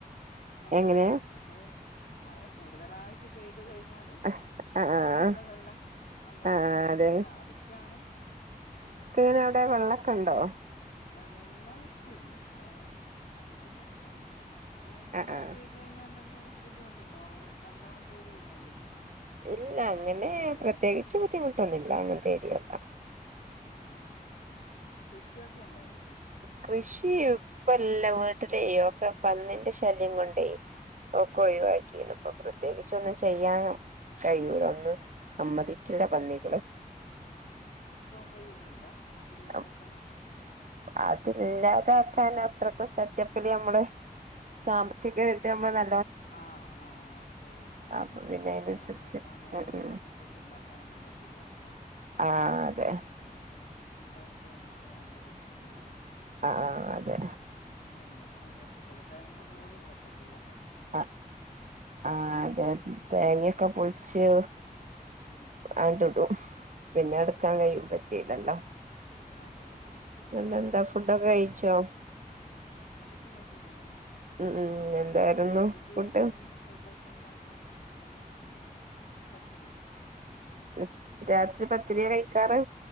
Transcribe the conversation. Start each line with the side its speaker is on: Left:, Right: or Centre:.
Left: അങ്ങനെയുണ്ട്
Right: എങ്ങനെ
Left: പക്ഷെ മഴ കൂടുതലായിട്ട് പെയ് പെയ്തു കഴിഞ്ഞാലും
Right: ആഹ് ആഹ്
Left: നല്ലതല്ല അങ്ങനെയുമുണ്ട്
Right: ആഹ് അതെ
Left: പക്ഷെ ആവശ്യമാണ്
Right: അ അവിടെ വെള്ളൊക്കെ ഉണ്ടോ
Left: വെള്ളൊക്കെണ്ട് അ അതിന്റെ പ്രശ് <unintelligible> ങ്ങൾക്ക്
Right: ആഹ്
Left: മഴ
Right: ആഹ്
Left: പെയ്തു കഴിഞ്ഞാ എന്തെങ്കു ബുദ്ധിമുട്ടുണ്ടോ കുറെ നല്ലോണ്ണം പെയ്തു കഴിഞ്ഞാൽ
Right: ഇല്ല അങ്ങനെ
Left: അങ്ങനെയുള്ള ഏരിയ
Right: പ്രത്യേകിച്ച്
Left: ആണോ
Right: ബുദ്ധിമുട്ടൊന്നുല്ല അങ്ങനെ ശരിയെല്ല
Left: ആഹ് കൃഷ്യ ക് ണ്ടാവോ
Right: കൃഷി ഇപ്പല്ല വൻ തെ തെയ്യോക്കെ പന്നിന്റെ ശല്യം കൊണ്ടേ ഒക്കെ ഒഴിവാക്കി ഇപ്പൊ പ്രത്യേകിച്ചൊന്നും ചെയ്യാനോ കഴിയൂല ഒന്ന് സമ്മതിക്കില്ല പന്നികള്
Left: പയുന്നുല്ല അതില്ലാണ്ടാക്കാൻ
Right: അപ്പ അതില്ലാതാക്കാൻ അത്രക്ക സെറ്റപ്പില് നമ്മള് സാമ്പത്തികായിട്ട് നമ്മ ന
Left: ആഹ് ആഹ് ഓക്കെ ഒകെ ആ
Right: അപ്പൊ പിന്നെ
Left: അപ്പന്നും
Right: അതിനനുസരിച്ച്
Left: അങ്ങനെ
Right: ഉം ഉം
Left: നമ്മുക്കൊന്നും ണ്ടാക്കാനൊന്നും പറ്റൂല്ലല്ലേ
Right: ആ അതെ
Left: അത് ഉണ്ടായി കഴിഞ്ഞാൽ ഭയങ്കര ശല്യണ്
Right: ആ ആ അതെ
Left: ഉണ്ടാ വെച്ചക്കൂല കിഴങ്ങ് പോലും പറ്റക്കൂല
Right: അ ആ അതെ <unintelligible> ക്കെ പൊൾച്ച്
Left: ഉം.
Right: ആണ്ട്ടും പിന്നെ എടുക്കാൻ <unintelligible> പറ്റില്ലല്ലോ
Left: അതെ അതെ അത് ഞാൻ
Right: നല്ല
Left: വരാം
Right: എന്താ ഫുഡൊക്കെ കഴിച്ചോ
Left: ഫുഡൊക്കെ കഴിച്ച് കിടന്നു
Right: ഉ ഊ എന്തായിരുന്നു
Left: വീട്ടിലെങ്ങനെയാണ്
Right: ഫുഡ്
Left: <unintelligible> പത്തിരി
Right: <unintelligible> പത്തിരിയാ കഴിക്കാറ്